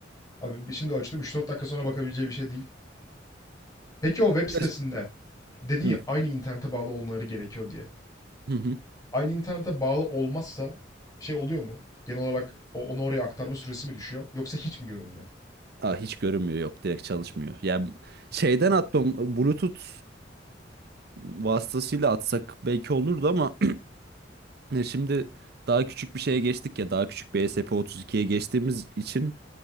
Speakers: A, on the left (about 20°); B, on the right (about 60°).
A: Abi şimdi ölçtüm. üç dört dakika sonra bakabileceği bir şey değil. Peki o web sitesinde
B: Yaş-
A: dedin ya
B: Hı
A: aynı internete bağlı olmaları gerekiyor diye.
B: hı. hı.
A: aynı internete bağlı olmazsa şey oluyor mu? Genel olarak o, onu oraya aktarma süresi mi düşüyor? Yoksa hiç mi görünmüyor?
B: Aa, hiç görünmüyor yok direkt çalışmıyor. Yani şeyden atmam Bluetooth vasıtasıyla atsak belki olurdu ama E, Şimdi daha küçük bir şeye geçtik ya daha küçük bir ESP32'ye geçtiğimiz için